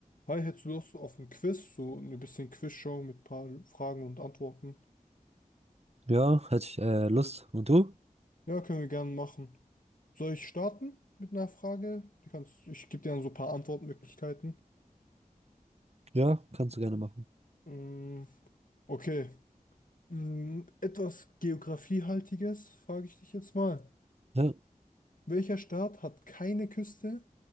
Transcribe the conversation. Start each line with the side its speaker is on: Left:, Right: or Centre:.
Left: Hi, hättest du Lust auf ein Quiz? So ein bisschen Quizshow mit ein paar Fragen und Antworten.
Right: Ja, hätte ich äh, Lust. Und du?
Left: Ja, können wir gerne machen. Soll ich starten mit einer Frage? Die kannst, ich gebe dir dann so ein paar Antwortmöglichkeiten.
Right: Ja, kannst du gerne machen.
Left: Mm, okay. Mm, etwas Geografiehaltiges frage ich dich jetzt mal.
Right: Ja.
Left: Welcher Staat hat keine Küste,